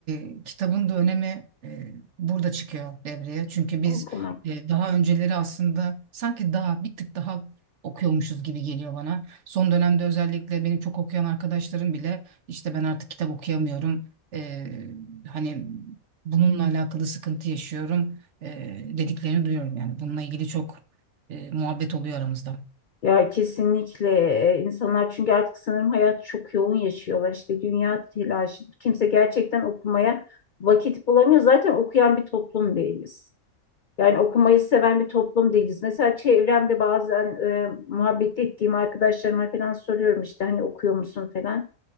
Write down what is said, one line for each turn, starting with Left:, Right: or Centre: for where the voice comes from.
Right: e, kitabın da önemi e, burada çıkıyor devreye çünkü biz
Left: Okumak.
Right: e, daha önceleri aslında sanki daha bir tık daha okuyormuşuz gibi geliyor bana son dönemde özellikle benim çok okuyan arkadaşlarım bile işte ben artık kitap okuyamıyorum E, hani bununla alakalı sıkıntı yaşıyorum e, dediklerini duyuyorum yani bununla ilgili çok e, muhabbet oluyor aramızda.
Left: Ya kesinlikle e, insanlar çünkü artık sanırım hayat çok yoğun yaşıyorlar. İşte dünya telaşıdır. Kimse gerçekten okumaya vakit bulamıyor. Zaten okuyan bir toplum değiliz. Yani okumayı seven bir toplum değiliz. Mesela çevremde bazen e, muhabbet ettiğim arkadaşlarıma falan soruyorum işte hani okuyor musun falan.